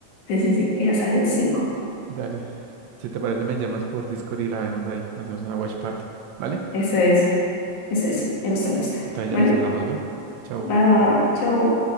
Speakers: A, on the left (about 75°); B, on the right (about 75°).
A: sí, sí, sí, que ya sale el 5.
B: Dale. Si te parece, me llamas por Discord y la vemos ahí. Hacemos una watch party. ¿Vale?
A: Eso es, eso es, me gusta, me gusta.
B: Entonces
A: Bueno,
B: ya nos hablamos, ¿va? Chau.
A: va, va, va, chao.